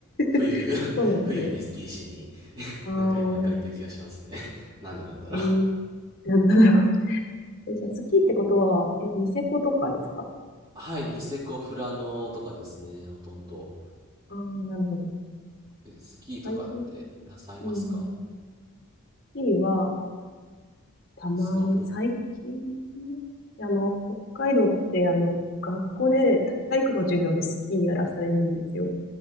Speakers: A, on the right; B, on the left.
A: 冬、
B: <laughs>
A: <laughs>
B: そうなんですね。
A: 冬にスキーしに、
B: ああ、う
A: なんか毎回行ってる気がしますね。<laughs> なんでなんだろう。
B: ん、なんだろう。えじゃあ、スキーってことは、え、ニセコとかですか
A: はい、ニセコ、富良野とかですね、ほとんど。
B: ああー、なるほど。
A: え、スキーとかってなさいますか
B: 最近、うんうん、スキーは、たまに、
A: スノボ
B: 最近、あの、北海道って、あの、学校で体育の授業でスキーやらされるんですよ。